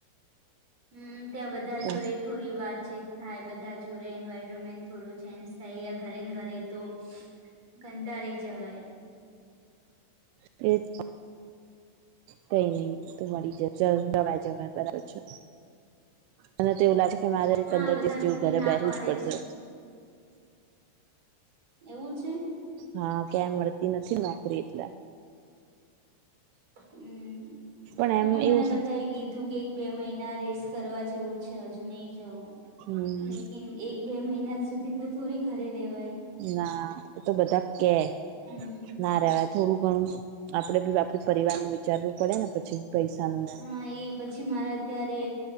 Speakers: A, on the right; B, on the right.
A: હમ ત્યાં બધા
B: તો
A: જોડે થોડી વાતચીત થાય બધા જોડે એન્વાયરમેન્ટ. થોડું ચેન્જ થાય ઘરે ઘરે તો, ઘંટા રહી જવાય.
B: હ એજ. કઈ નઈ તો મળી જ નવાઈ જવાય બરાબર છે. અને તોવું લાગે કે મારે
A: હા
B: પંદર
A: બધા
B: દિવસ જેવું
A: તો
B: ઘરે
A: બી ના
B: બેઠવું
A: પાડે
B: જ પડશે.
A: છે એવું છે?
B: હા ક્યાંય મળતી નથી નોકરી એટલે
A: હમ્મ
B: પણ
A: તું
B: એમ
A: બી મને
B: એવું થાય
A: બધા કીધું કે બે મહિના રેસ કરવા જેવું છે હજુ નહી જવું
B: હમ
A: લેકિન એક બે મહિના સુધી તો થોડી ઘરે રેવાય.
B: ના એતો બધા કે.
A: હમ
B: ના રહેવાય થોડું ઘણું આપડે આપે પરિવાર ન વિચારવું પડે ને પછી. પૈસાનું
A: હા એ પછી મારે અત્યારે